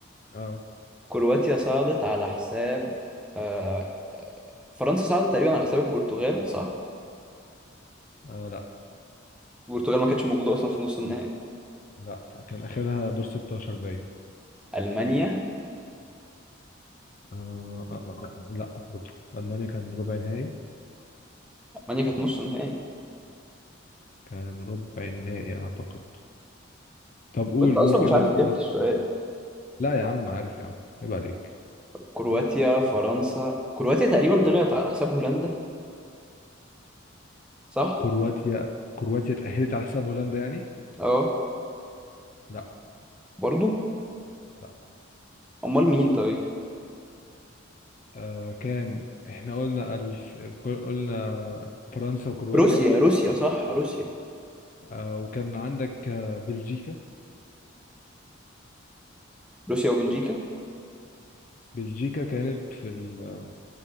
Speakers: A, on the left (about 40°); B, in the centre.
A: آه.
B: كرواتيا صعدت على حساب آه... فرنسا صعدت تقريبا على حساب البرتغال صح
A: آه لا
B: البرتغال ما كانتش موجوده اصلا في نص النهائي
A: لا كان آخرها دور 16 باين
B: المانيا
A: آه آه آه آه آه، لا برضه ألمانيا كان ربع نهائي
B: المانيا كانت نص نهائي
A: كان ربع نهائي أعتقد طب قول
B: وانت اصلا
A: قول كده
B: مش عارف اجابه
A: قول
B: السؤال
A: لا يا عم عارف يا عم عيب عليك
B: كرواتيا فرنسا كرواتيا تقريبا طلعت على حساب هولندا صح
A: كرواتيا كرواتيا اتأهلت على حساب هولندا يعني؟
B: اه
A: لا
B: برضو
A: لا
B: امال مين طيب
A: آه كان احنا قلنا الف... قلنا فرنسا وكرواتيا
B: روسيا روسيا صح روسيا
A: آه، وكان عندك آه، بلجيكا
B: روسيا وبلجيكا
A: بلجيكا كانت في ال...